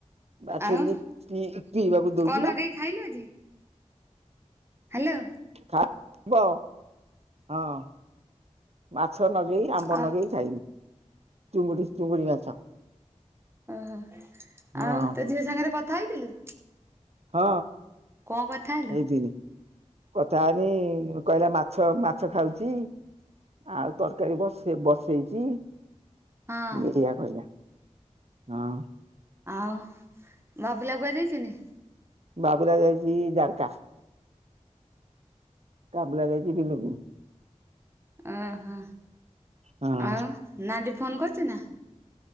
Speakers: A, on the right (about 60°); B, on the right (about 20°).
A: ବାଛୁରୀକି
B: ଆଉ
A: ପି ପିଇବାକୁ ଦଉଚି
B: କଣ ନଗେଇ
A: ବା।
B: ଖାଇଲୁ ଆଜି? ହାଲୋ।
A: ଖାଇବ ହଁ। ମାଛ ନଗେଇ ଆମ୍ବ
B: ଆଉ
A: ନଗେଇ ଖାଇବି ଚୁଙ୍ଗୁଡି ଚୁଙ୍ଗୁଡି ମାଛ।
B: ଓହୋ
A: ହଁ
B: ଆଉ ତୋ ଝିଅ ସାଙ୍ଗରେ କଥା ହେଇଥିଲୁ?
A: ହଁ
B: କଣ କଥା ହେଲୁ
A: ହେଇଥିନି। କଥାହେନି କହିଲା ମାଛ ମାଛ ଖାଉଚି। ଆଉ ତରକାରୀ ବସେ ବସେଇଚି।
B: ହଁ
A: ବିରିଆ କହିଲା ହଁ।
B: ଆଉ ବାବୁଲା କୁୁଆଯାଇଚନ୍ତି?
A: ବାବୁଲା ଯାଇଚି ଜାରକା କାବୁଲା ଯାଇଚି ବିଲୁକୁ।
B: ଅଁ ହଁ
A: ହଁ
B: ଆଉ ନାଣ୍ଡି ଫୋନ କରୁଚି ନା?